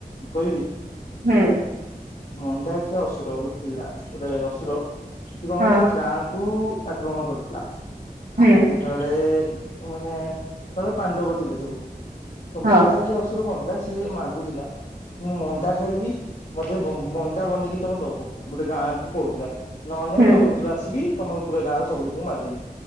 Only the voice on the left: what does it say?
କହିବି?
ମଣ୍ଡା ଆଖିଆ ଅସୁର ଗୋଟେ ଥିଲା। ଗୋଟେ ଅସୁର ସି ଏ କଣ
କହିଲା ଗୋଟେ ଗାଁ କୁ ଆକ୍ରମଣ କରିଥିଲା।
ଯେତେବେଳେ ମାନେ ତେ ବେଳେ ପାଣ୍ଡବ ଥିଲେ ସବୁ ତ
ମଣ୍ଡାଖିଆ ଅସୁର କଣ ଥିଲା ସିଏ ମାଗୁଥିଲା। ମୁଁ ମଣ୍ଡା ଖାଇବି ମତେ ମ-ମଣ୍ଡା ବନେଇକି ତମେ ଦବ ଗୋଟେ ଗାଁକୁ କହୁଥିଲା। ନହେଲେ ନାଇ
ତମ ଭିତରୁ ଆସିବି ତମର ପୁରା ଗାଁର ସବୁ ଲୋକଙ୍କୁ ମାରିଦେବି।